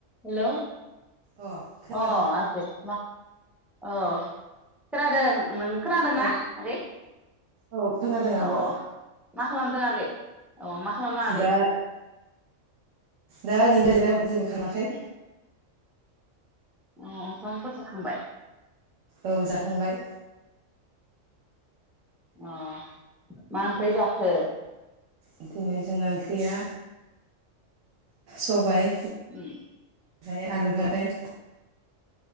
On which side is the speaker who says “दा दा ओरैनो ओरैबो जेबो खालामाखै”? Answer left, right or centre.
Right